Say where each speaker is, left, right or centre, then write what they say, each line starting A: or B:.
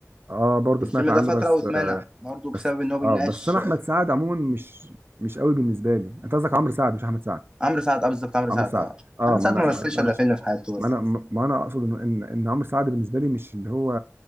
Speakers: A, on the right; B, on the right.
A: اه برضو
B: الفيلم
A: سمعت عنه
B: ده فترة
A: بس
B: واتمنع
A: آه
B: برضه بسبب
A: بس
B: إن هو بيناقش
A: اه بس انا احمد سعد عموما مش مش قوي بالنسبه لي انت قصدك عمرو سعد مش احمد سعد
B: عمرو سعد أه بالظبط عمرو
A: عمرو
B: سعد
A: سعد
B: أه
A: اه
B: أحمد
A: ما
B: سعد
A: انا
B: ما
A: ما
B: مثلش إلا
A: انا
B: فيلم في حياته بس
A: ما انا ما انا اقصد ان ان إن عمرو سعد بالنسبه لي مش اللي هو